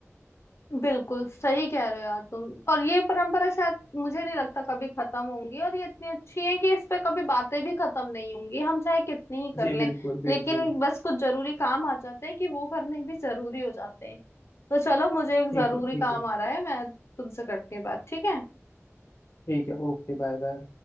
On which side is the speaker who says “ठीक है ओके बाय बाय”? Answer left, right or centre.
Left